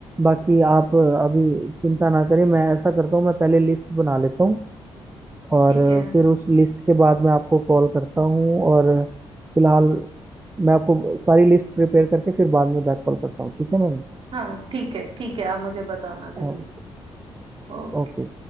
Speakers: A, on the right; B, on the right.
A: बाकी आप अभी चिंता ना करें मैं ऐसा करता हूँ मैं पहले लिस्ट बना लेता हूँ और
B: ठीक है
A: फिर उस लिस्ट के बाद मैं आपको कॉल करता हूँ और फिलहाल मैं आपको सारी लिस्ट प्रिपेयर करके फिर बाद में बैक कॉल करता हूँ ठीक है मैम
B: हाँ ठीक है ठीक है आप मुझे बताना जरूर
A: हाँ,
B: ओके
A: ओके